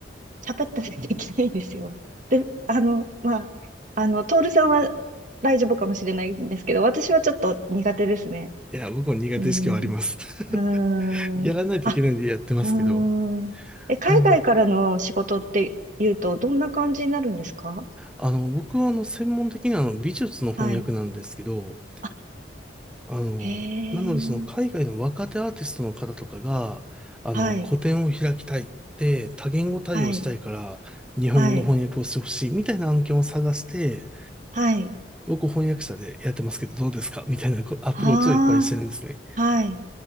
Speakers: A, on the right; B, in the centre.
A: 喋ったりできないんですよ。で、あの、まあ、あの、徹さんは大丈夫かもしれないんですけど、私はちょっと苦手ですね。
B: いや、僕も苦手意識はあります。
A: うんうーん。
B: <laughs> やらないといけないんでやってますけど。
A: あ、うーん。え、海外からの仕事って言うと、
B: うん。
A: どんな感じになるんですか
B: あの、僕はあの、専門的にあの、美術の翻訳なんですけど、
A: はい。あ、
B: あの、
A: へえ。
B: なのでその海外の若手アーティストの方とかが、あの、
A: はい。
B: 個展を開きたいって、多言語対応したいから、
A: はい。
B: 日本語の翻訳をしてほしいみたいな案件を探して、
A: はい。はい。
B: 僕翻訳者でやってますけどどうですかみたいなこアプローチをいっぱいしてるんですね。
A: ああ、はい。